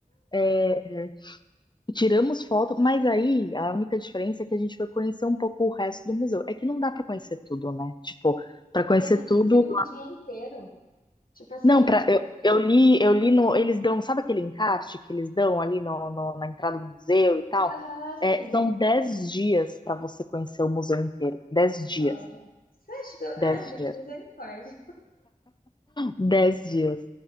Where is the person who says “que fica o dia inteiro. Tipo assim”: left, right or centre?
Left